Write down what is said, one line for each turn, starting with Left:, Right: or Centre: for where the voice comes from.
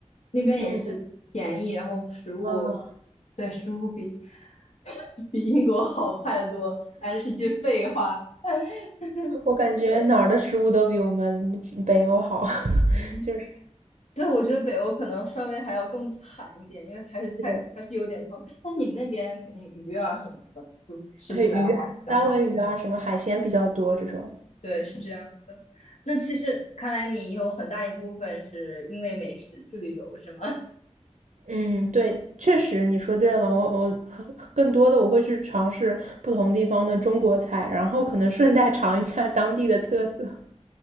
Left: 那边也是便宜，
Right: 嗯
Left: 然后食物，
Right: 啊，
Left: 对，食物比 <laughs> 比英国好太多，但是是句废话。<laughs>
Right: 我感觉哪儿的食物都比我们北欧好，
Left: 对，嗯，
Right: <laughs> 就是
Left: 对，我觉得北欧可能稍微还要更惨一点，因为还是太还是有点方便但是你们那边肯定鱼啊什么的，
Right: 对
Left: 就吃起来的话比较好。
Right: 对鱼啊三文鱼啊，什么海鲜比较多这种。
Left: 对对对，是这样的。那其实看来你有很大一部分是因为美食去旅游，是吗？
Right: 嗯，对，确实你说对了，我我很更多的我会去尝试不同地方的中国菜，
Left: <laughs>
Right: 然后可能顺带尝一下当地的特色。